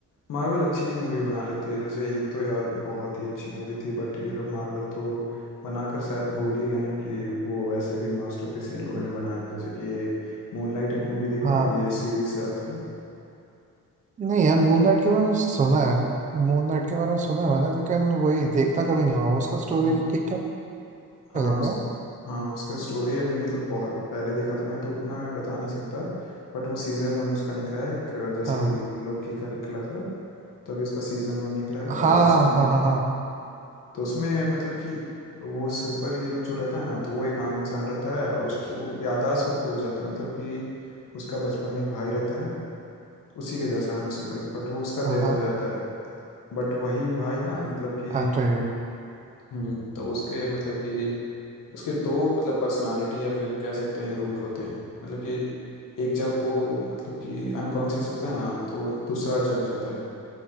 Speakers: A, on the left (about 70°); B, on the right (about 25°).
A: मार्वल अच्छी मूवी बना लेती है जैसे एक तो यार बहुत ही अच्छी मूवी थी बट ये लोग मार्वल तो बनाकर शायद भूल ही गए हैं कि वो वैसे भी मास्टरपीस इन लोगों ने बनाया है जैसे कि ये मूनलाइट एक मूवी देखा
B: हाँ
A: है ये सीरीज याद था
B: नहीं यार मून नाइट के बारे में सुना है मून नाइट के बारे में सुना है मैंने लेकिन वही देखना कभी नहीं हुआ उसका स्टोरी
A: अब वो
B: ठीक ठाक
A: हाँ
B: है
A: उस
B: क्या
A: हाँ उसका स्टोरी अभी मतलब बहुत पहले देखा था मैं तो उतना मैं बता नहीं सकता बट वो सीज़न वन उसका निकला है एक अ, जैसे
B: हाँ
A: कि लोकी का निकला था तो अभी उसका सीज़न वन निकला है
B: हाँ
A: और उसमें
B: हाँ हाँ हाँ
A: तो उसमें मतलब कि वो सुपर हीरो जो रहता है ना तो वो एक आम इंसान रहता है और उसको याददाश्त वो खो जाता मतलब कि उसका बचपन में एक भाई रहता है उसी के जैसा हमशक्ल बट वो उसका
B: हाँ
A: डेथ
B: हाँ,
A: हो जाता है बट वही भाई ना मतलब कि
B: अरे
A: हम्म तो उसके मतलब कि उसके दो मतलब पर्सनालिटी या फिर कह सकते हैं रूप होते हैं मतलब कि एक जब वो मतलब कि अनकॉन्शियस होता है ना तो दूसरा जग जाता है